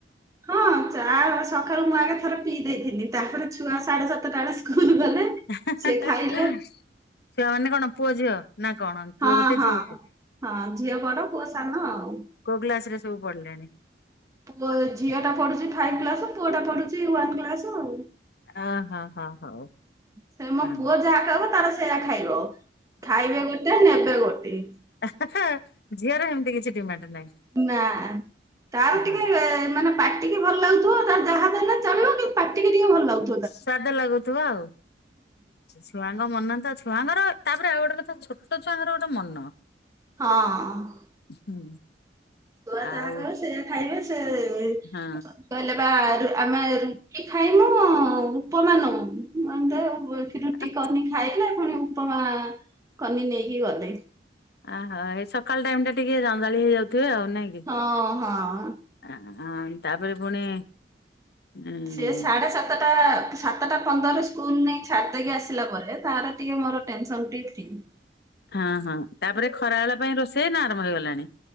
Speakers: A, on the right (about 20°); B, on the left (about 65°).
A: ହଁ ଚା ସକାଳୁ ମୁଁ ଆଗେ ଥରେ ପିଇ ଦେଇଥିଲି ତାପରେ ଛୁଆ ସାଢେ ସାତଟା ବେଳେ ସ୍କୁଲ ଗଲେ।
B: ହେଁ
A: ସିଏ ଖାଇଲେ
B: - -ଛୁଆ ମାନେ କଣ ପୁଅ ଝିଅ? ନା କଣ
A: ହଁ
B: ପୁଅ ଗୋଟେ
A: ହଁ
B: ଝିଅ ଗୋଟେ?
A: ହଁ ଝିଅ ବଡ ପୁଅ ସାନ ଆଉ।
B: କୋଉ କ୍ଲାସ ରେ ସବୁ ପଡିଲେଣି?
A: ପୁଅ ଝିଅଟା ପଢ଼ୁଛି ଫାଇଭ୍ କ୍ଲାସ ପୁଅଟା ପଢୁଛି ୱାନ୍ କ୍ଲାସ ଆଉ।
B: ଓହୋ ହୋ ହଉ
A: ସେ
B: ହଁ
A: ମୋ ପୁଅ ଯାହା କହିବ ତାର ସେ ସେଇଆ ଖାଇବ। ଖାଇବେ ଗୋଟେ ନେବେ ଗୋଟେ।
B: ହେଁ ହେଁ ଝିଅର ହେମତି କିଛି ଡିମାଣ୍ଡ ନାହିଁ?
A: ନା ତାର ଟିକେ
B: ହଁ।
A: ମାନେ ପା ଟିକେ ଭଲ ଲାଗଥିବ ତାର ଯାହା ଯାଲେ ଚଳିବ କିନ୍ତୁ ପାଟିକି ଟିକେ ଭଲ ଲାଗୁ
B: ସ୍ୱାଦ ଲାଗୁଥିବ ଆଉ। ଛୁଆଙ୍କ ମନ ତ ଛୁଆଙ୍କର ତାପରେ ଆଉ ଗୋଟେ କଥା ଛୋଟ ଛୁଆଙ୍କର ଗୋଟେ ମନ।
A: ହଁ।
B: ହୁଁ।
A: ଛୁଆ
B: ଆଉ
A: ଯାହା କହିବେ ସେୟା ଖାଇବେ ସେ
B: ହଁ
A: କହିଲେପା ରୁ ଆମେ ରୁଟି ଖାଇମୁ ଉପମା ନୋମୁଁ। ମୁଁ କଇନି ଦେ ରୁଟି
B: ଆ
A: କନି ଖାଇଲେ ପୁଣି ଉପମା କନି ନେଇକି ଗଲେ <unintelligible>
B: ଆହା ଏଇ ସକାଳ ଟାଇମ ଟିକେ ଜଞ୍ଚାଳି ହେଇ ଯାଉଥିବେ ଆଉ ନାଇଁ କି।
A: ହଁ, ହଁ।
B: ଆଁ ଆଁ ତାପରେ ପୁଣି ଉଁ
A: ସିଏ ସାଢ଼େ ସାତଟା ସାତଟା ପନ୍ଦରେ ସ୍କୁଲ ନେଇକି ଛାଡ଼ିଦେଇକି ଆସିଲା ପରେ ତାର ଟିକେ ମୋର ଟେନସନ ଟିକେ ଫ୍ରି।
B: ହଁ, ହଁ ତାପରେ ଖରା ବେଳ ପାଇଁ ରୋଷେଇ ନା ଆରମ୍ଭ ହେଇଗଲାଣି।